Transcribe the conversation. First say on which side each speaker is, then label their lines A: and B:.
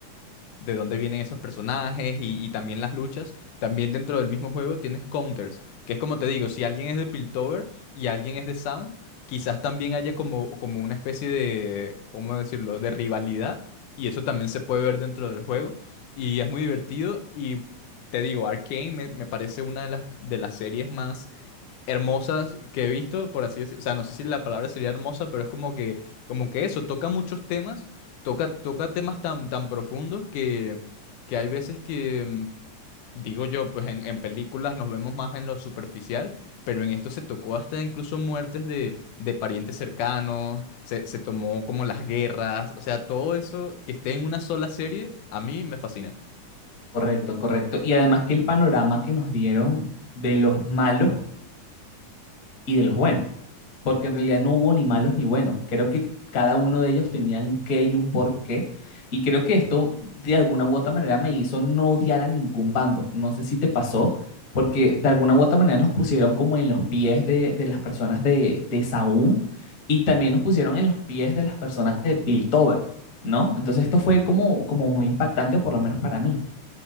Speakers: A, on the left; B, on the left.
A: de dónde vienen esos personajes y, y también las luchas. También dentro del mismo juego tienes counters, que es como te digo, si alguien es de Piltover y alguien es de Sound, quizás también haya como, como una especie de, ¿cómo decirlo?, de rivalidad y eso también se puede ver dentro del juego y es muy divertido y te digo, Arcane me, me parece una de las, de las series más hermosas que he visto, por así decirlo. O sea, no sé si la palabra sería hermosa, pero es como que, como que eso, toca muchos temas, toca, toca temas tan, tan profundos que, que hay veces que, mm, digo yo, pues en, en películas nos vemos más en lo superficial, pero en esto se tocó hasta incluso muertes de, de parientes cercanos, se, se tomó como las guerras, o sea, todo eso que esté en una sola serie, a mí me fascina.
B: Correcto, correcto. Y además que el panorama que nos dieron de los malos y de los buenos. porque en realidad no hubo ni malos ni buenos. Creo que cada uno de ellos tenía un qué y un por qué. Y creo que esto de alguna u otra manera me hizo no odiar a ningún bando. No sé si te pasó, porque de alguna u otra manera nos pusieron como en los pies de, de las personas de, de Saúm y también nos pusieron en los pies de las personas de Piltover, ¿no? Entonces esto fue como, como muy impactante, o por lo menos para mí.